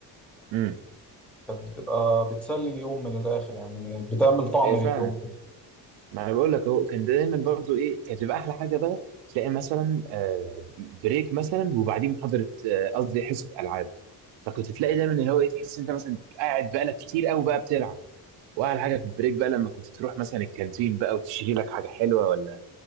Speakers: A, on the right (about 85°); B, in the centre.
A: امم
B: كانت بتبقى بتسلي اليوم من الآخر يعني بتعمل طعم
A: هي
B: لليوم
A: فعلا ما انا بقول لك هو كان دايما برضو ايه كانت بتبقى احلى حاجه بقى تلاقي مثلا آه، بريك مثلا وبعدين محاضره آه، قصدي حصه العاب فكنت تلاقي دايما اللي هو ايه تحس انت مثلا قاعد بقالك كتير قوي بقى بتلعب واحلى حاجه في البريك بقى لما كنت تروح مثلا الكانتين بقى وتشتري لك حاجه حلوه ولا